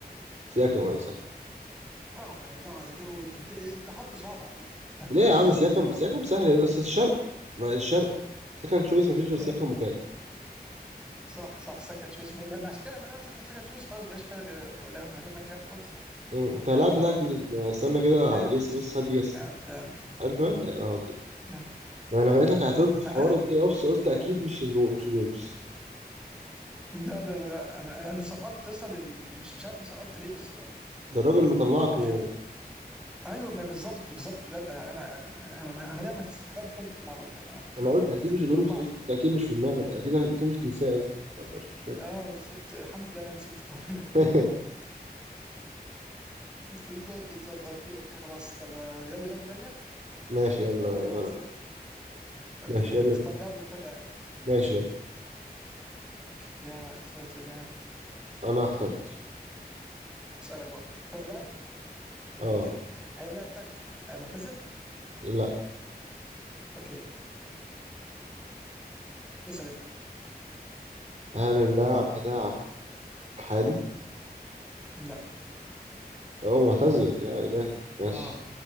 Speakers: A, on the right (about 45°); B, in the centre.
A: سياكم يا صاحبي
B: اوه ماي جاد دود انت انت حاطه صعب على فكره <laughs>
A: ليه يا عم سياكم سياكم سهل إيه؟ اصل الشرق ما الشرق سكند تشويس مفيش غير
B: اه
A: سياكم وكات
B: صح صح سكند شويس ما ما- عشان كده لما انا قلت سكند شويس خلاص ما فيش فرق غير- ولا احنا غيرنا كات اوف
A: أمم، انت اللاعب
B: يا
A: بتاعك
B: اوه ماي
A: مين؟
B: جاد
A: استنى كده
B: انت
A: جس بس هدي جس
B: انت انت
A: انت مان يا راجل
B: مم.
A: ما انا لقيتك عطلت في
B: أ-
A: حوار
B: أ-
A: البلاي اوفس قلت اكيد مش الو... مش الولفز
B: لا لا لا لا انا انا أنا سقطت اصلا ال- مش مش عارف سقطت ليه بس أنا-
A: ده الراجل مطلعك
B: أنا
A: و...
B: مش ايوه ما بالظبط بالظبط بجد يعني انا انا انا انا أنا لما استغربت قلت إيه العبط ده ما- ده
A: انا قلت
B: في- ده
A: اكيد مش
B: ده
A: الولفز
B: مطلعنا
A: قلت انت اكيد مش في دماغك اكيد اكيد مش تنساه قصدي يلا مش مشكله
B: اه بالظبط الحمد لله انا نسيته <laughs>
A: <laughs>
B: بالظبط بالظبط اوكي اوكي خلاص طب آه، يلا جوله ثانيه
A: ماشي يلا
B: في كده
A: جوله
B: 1-0
A: تانية.
B: اوكي
A: ماشي يلا
B: انا اختار
A: بينا
B: لاعب ولا اختار لاعب
A: ماشي يلا
B: اوكي انا اخترت لاعب.
A: انا اخترت
B: اسالك بقى اخترت لاعب
A: اه
B: اوكي هل اللاعب بتاعك آه، معتزل؟
A: لا
B: اوكي اسال انت
A: هل اللاعب بتاعك حالي
B: لا
A: هو معتزل يا الهي ماشي
B: اه